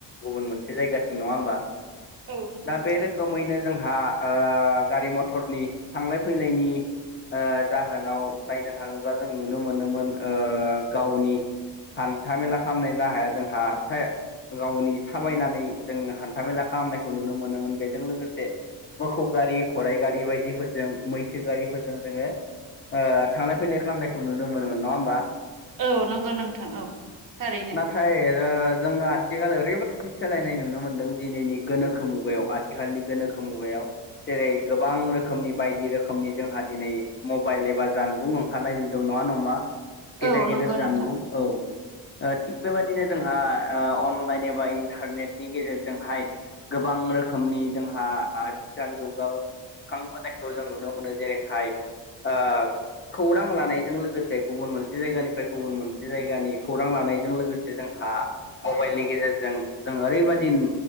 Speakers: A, on the left; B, on the right.
A: गुबुन मोनसे जायगासिम नङा होमबा
B: औ नंगौ
A: दा
B: नोंथां
A: बे रोखोमैनो जोंहा ओ गारि मथरनि थांलाय फैलायनि ओ जाहोनाव नायनो थाङोब्ला जों नुनो मोनोमोन ओ गावनि हान्था मेला खालामनायनि राहाया जोंहा गावनि थाबायनानै जों हान्थाामेला खालामनायखौ नुनो मोनोमोन बेजों लोगोसे मोखौ गारि खराइ गारि बायदिफोरजों मैसो गारिफोरजों जोङो ओ थांलाय फैलाय खालामनायखौ नुनो मोनोमोन नङा होमबा
B: औ नंगौ नोंथां औ थारैनो
A: फाय ओ जोङो आथिखाल ओरैबायदि सोलायनाय नुनो मोनदों दिनैनि गोनोखो मुगायाव आथि आथिखालनि गोनोखो मुगायाव जेरै गोबां रोखोमनि बायदि रोखोमनि जोंहा दिनै मबाइल एबा जानबुं खारनाय द नङा नमा
B: <inaudible>
A: गेदेर गेदेर
B: नंगौ
A: जानबुं
B: नोंथां
A: औ थि बेबायदिनो जोंहा ओ अनलाइन एबा इन्टारनेटनि गेजेरजोंहाय गोबां रोखोम रोखोमनि जोंहा आथिखाल जौगाखांबोनायखौ जों नुनो मोनो जेरैहाय आ खौरां लानायजों लोगोसे गुबुन मोनसे जायगानिफ्राय गुबुन मोनसे जायगानि खौरां लानायजों लो जोंहा मबाइलनि गेजेरजों जों ओरैबादि